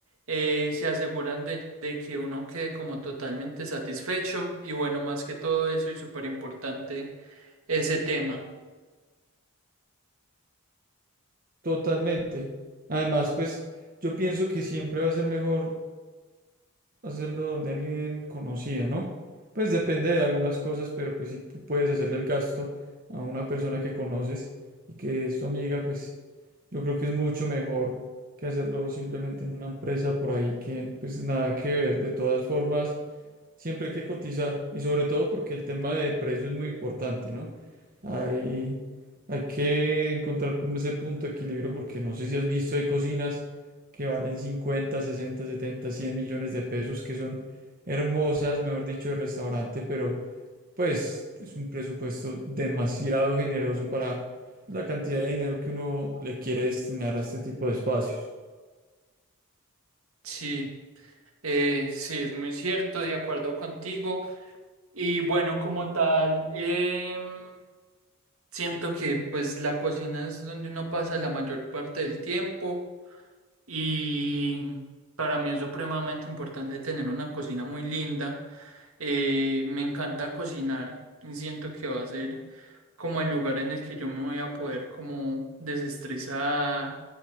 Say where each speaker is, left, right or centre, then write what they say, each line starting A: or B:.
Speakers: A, on the right; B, on the right.
A: eh, se aseguran de, de que uno quede como totalmente satisfecho y bueno, más que todo eso y súper importante ese tema.
B: Totalmente. Además, pues yo pienso que siempre va a ser mejor hacerlo donde alguien conocido, ¿no? Pues depende de algunas cosas, pero pues si tú puedes hacerle el gasto a una persona que conoces y que es tu amiga, pues yo creo que es mucho mejor que hacerlo simplemente en una empresa por ahí que pues nada que ver. De todas formas. Siempre hay que cotizar y sobre todo porque el tema de precio es muy importante, ¿no? Hay, hay que encontrar como ese punto de equilibrio porque no sé si has visto, hay cocinas que valen cincuenta sesenta setenta cien millones de pesos que son hermosas, mejor dicho, de restaurante, pero pues es un presupuesto demasiado generoso para la cantidad de dinero que uno le quiere destinar a este tipo de espacios.
A: Sí, eh, sí, es muy cierto, de acuerdo contigo. Y bueno, como tal, em, siento que pues la cocina es donde uno pasa la mayor parte del tiempo. Y para mí es supremamente importante tener una cocina muy linda. Eh, me encanta cocinar y siento que va a ser como el lugar en el que yo me voy a poder como desestresar